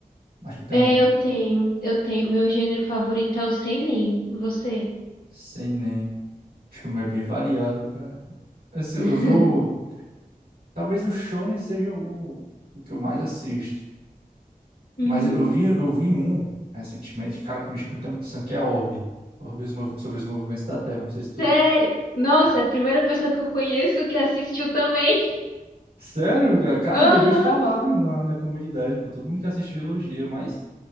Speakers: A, on the right; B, on the left.
A: Mas tu tem
B: É,
A: um.
B: eu tenho. Eu tenho. O meu gênero favorito é o seinen. Você?
A: Sei Filme é bem variado, cara. Assim, eu
B: <laughs>
A: vi. o- Talvez o Shonen seja o, o que eu mais assisto.
B: Uhum.
A: Mas eu vi, eu vi um recentemente, cara, que me chamou muita atenção, que é Orbe. Orbe os mov- sobre os movimentos da Terra. Não sei se tu.
B: Sério? Nossa, é a primeira pessoa que eu conheço que assistiu também. <laughs>
A: Sério, cara? Cara,
B: Aham.
A: ele é bem falado na, na comunidade, pô. Todo mundo que assistiu elogia, mas,